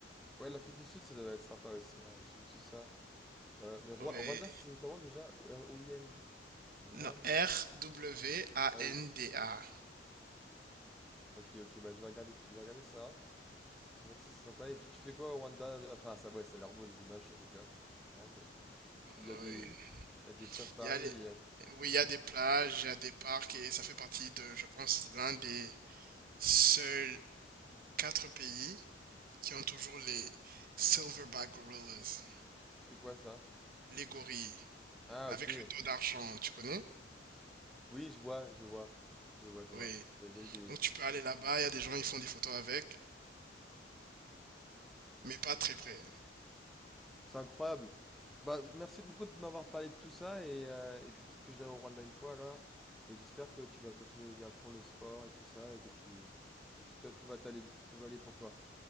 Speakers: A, in the centre; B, on the right.
A: Ouais, l'Afrique du Sud, ça doit être sympa aussi, hein, tout, tout ça. Euh, mais Roi-
B: Oui.
A: Rwanda, ça c'est comment déjà? R-O-U-N... Rwan?
B: Non, R-W-A-N-D-A.
A: Ah oui. Ok, ok, bah je vais regarder, je vais regarder ça. Merci, c'est sympa. Et puis tu fais quoi au Rwanda? Enfin, ça, ouais, ça a l'air beau, les images sur Google. C'est Vraiment beau. Tu, y
B: Oui.
A: a des, y a des safaris.
B: Il y a les-
A: y a-
B: Oui, il y a des plages, il y a des parcs et ça fait partie de, je pense, l'un des seuls quatre pays qui ont toujours les Silverback Gorillas,
A: C'est quoi ça?
B: les gorilles,
A: Ah,
B: avec
A: ok.
B: le dos d'argent, tu connais?
A: Oui, je vois, je vois. Je vois, je
B: Oui.
A: vois. J'avais déjà eu des,
B: Donc tu peux aller là-bas, il y a des gens, ils font des photos avec, mais pas très près.
A: C'est incroyable. Bah, merci beaucoup de m'avoir parlé de tout ça et, euh, et puis peut-être que j'irai au Rwanda une fois alors. Et j'espère que tu vas continuer bien à fond le sport et tout ça et que tu que tout, a- tout va t'aller tout va aller pour toi.